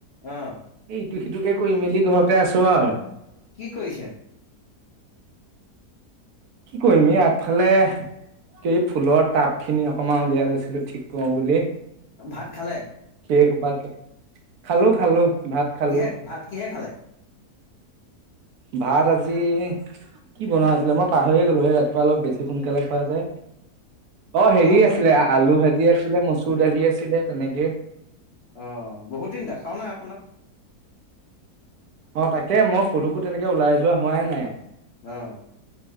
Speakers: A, on the left (about 50°); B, on the right (about 70°).
A: আহ
B: সটো সিটোকে কৰি মেলি ঘৰতে আছো আ
A: কি কৰিছে
B: কি কৰিম এই আগফালে এই ফুলৰ টাপ খিনি অকমান উলিয়াই লৈছিলো ঠিক কৰো বুলি
A: ভাত খালে
B: কে সোপা খালো খালো ভাত খালো
A: কিহে ভাত কিহে খালে?
B: ভাত আজি কি বনোৱা আছিলে মই পাহৰিয়ে গ'লো সেই ৰাতিপুৱা অলপ বেছি সোনকালে খোৱা যে অ হেৰি
A: আমাৰ ফালে
B: আছিলে আলু ভাজি আছিলে মচুৰ দালি আছিলে। তেনেকে
A: অ বহুত দিন দেখাও নাই আপোনাক
B: অ তাকে মই কলকো তেনেকে ওলাই যোৱা হোৱাই নাই
A: আহ